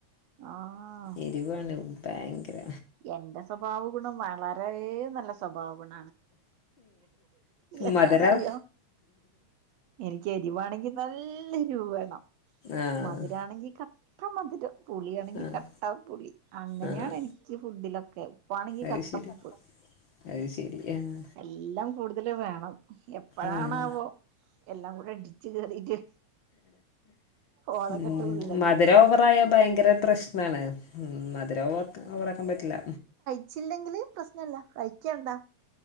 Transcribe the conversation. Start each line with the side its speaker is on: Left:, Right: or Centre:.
Right: ആഹ്
Left: എരുവാണ് ഭയങ്കര
Right: എന്റെ സ്വഭാവ ഗുണം വളരെ നല്ല സ്വഭാവ ഗുണ എന്താന്നറിയോ
Left: മധുരം
Right: എനിക്ക് എരിവാണെങ്കിൽ നല്ല എരൂവ് വേണം
Left: ആഹ്
Right: മധുരാമാണെങ്കി കട് കട്ട മതിരം പുളിയാണെങ്കി
Left: ആഹ്
Right: കട്ട പുളി അങ്ങനെയാണ്
Left: ആഹ്
Right: എനിക്ക് ഫുഡിലൊക്കെ ഉപ്പാണെങ്കി
Left: അത്
Right: കട്ടപ്പ്
Left: ശരി അത് ശരി ആഹ്
Right: എല്ലാം കൂടുതല് വേണം എപ്പഴാണാവോ
Left: ആഹ്
Right: എല്ലാം കൂടെ ഇടിച്ചു കേറിട്ട് ഓലം
Left: ഉം
Right: കെട്ട് വീഴല്
Left: മധുരം ഓവറായ ഭയങ്കര പ്രശ്നാണ് ഉം മധുരവുംക്ക ഒവറാക്കാൻ പറ്റില്ല
Right: ച്ചില്ലെങ്കില് പ്രശ്നല്ല കഴിക്കണ്ടാ